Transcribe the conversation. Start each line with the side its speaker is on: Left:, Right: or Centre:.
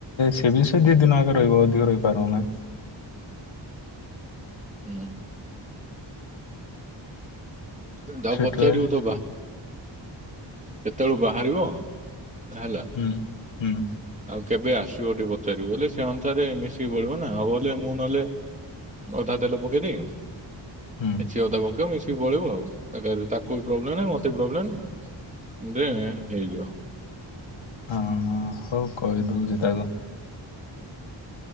Left: ସେ ବି ସେ ଦି ଦିନ ଆଗେ ରହିବ ଅଧିକ ରହିପାରିବ ନାହିଁ।
Right: ହୁଁ। ତାକୁ
Left: ସେଠୁବେଳେ
Right: ପଚାରିବୁ ତୋ ବା କେତେବେଳୁ ବାହାରିବ ହେଲା।
Left: ହୁଁ ହୁଁ।
Right: ଆଉ କେବେ ଆସିବ ଟିକେ ପଚାରିବୁ ବୋଲେ ସେ ଅନୁସାରେ ମିଶିକି ପଳିବ ନା ହଉ ବଲେ ମୁଁ ନହେଲେ ଅଧା ତେଲ ପକେଇ ଦେଇ
Left: ହୁଁ
Right: କିଛି ଅଧା ପକେଇ ମିଶି ଟିକେ ପଳେଇବ ଆଉ ତାକୁ ବି ପ୍ରୋବ୍ଲେମ ନାଁ ମତେ ବି ପ୍ରୋବ୍ଲେମ୍ ନାଇଁ ଗେମେ ହେଇଯିବ।
Left: ହଁ ହଉ କହିଦଉଛି ତାକୁ।